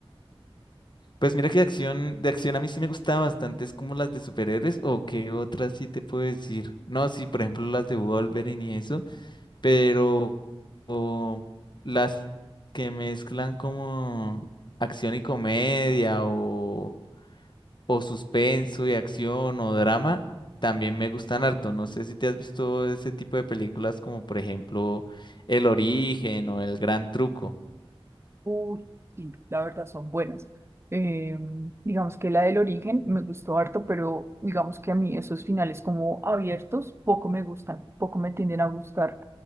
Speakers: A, on the left; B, on the right.
A: Pues mira que de acción, de acción a mí sí me gustaba bastante, es como las de superhéroes o qué otras sí te puedo decir. No, sí, por ejemplo las de Wolverine y eso, pero o las que mezclan como acción y comedia o... o suspenso y acción o drama, también me gustan harto. No sé si te has visto ese tipo de películas como por ejemplo El Origen o El Gran Truco.
B: Uy, sí, la verdad son buenas. Eh, digamos que la del origen me gustó harto, pero digamos que a mí esos finales como abiertos poco me gustan, poco me tienden a gustar.